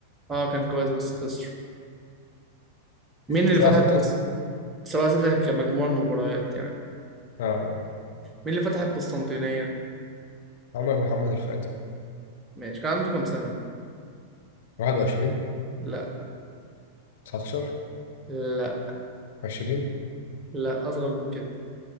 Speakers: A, on the right; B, on the left.
A: اه كان كويس بس خسر مين اللي
B: سبعة
A: فتح
B: ستة
A: القصة 7 6 كمجموع المباريات يعني
B: اه
A: مين اللي فتح القسطنطينية؟
B: عمر محمد الفاتح
A: ماشي كان عنده كام سنة؟
B: واحد وعشرين
A: لا
B: تسعتاشر
A: لا
B: عشرين
A: لا أصغر من كده